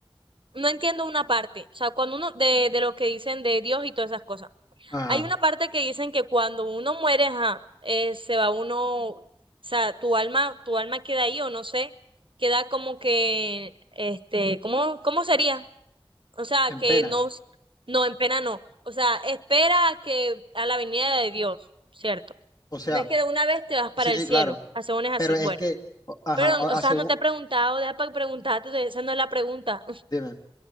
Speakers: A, on the right; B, on the left.
A: no entiendo una parte, o sea, cuando uno, de, de lo que dicen de Dios y todas esas cosas.
B: ajá,
A: Hay una parte que dicen que cuando uno muere, ajá, eh, se va uno, o sea, tu alma, tu alma queda ahí o no sé, queda como que, este, ¿cómo, cómo sería? O sea,
B: en
A: que
B: pena,
A: no, no, en pena no. O sea, espera a que, a la venida de Dios, ¿cierto?
B: o sea,
A: No es que de una vez te vas para
B: sí,
A: el cielo,
B: claro,
A: según es así,
B: pero es
A: bueno.
B: que, o- ajá,
A: Pero,
B: o-
A: o
B: a
A: sea,
B: según,
A: no te he preguntado, deja para preguntarte, esa no es la pregunta.
B: dime.